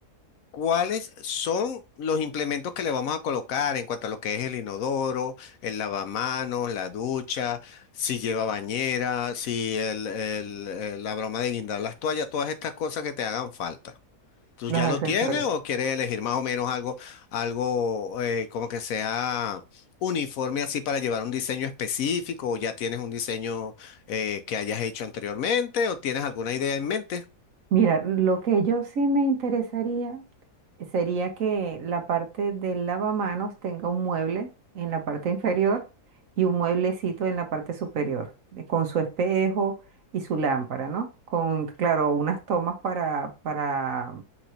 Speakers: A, on the left (about 70°); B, on the right (about 60°).
A: ¿Cuáles son los implementos que le vamos a colocar en cuanto a lo que es el inodoro, el lavamanos, la ducha, si lleva bañera, si el- el- el- la broma de guindar las toallas, todas estas cosas que te hagan falta? ¿Tú
B: Los
A: ya
B: accesorios.
A: lo tienes o quieres elegir más o menos algo, algo eh, como que sea uniforme así para llevar un diseño específico o ya tienes un diseño eh, que hayas hecho anteriormente o tienes alguna idea en mente?
B: Mira, lo que yo sí me interesaría sería que la parte del lavamanos tenga un mueble en la parte inferior y un mueblecito en la parte superior, eh, con su espejo y su lámpara, ¿no? Con, claro, unas tomas para, para,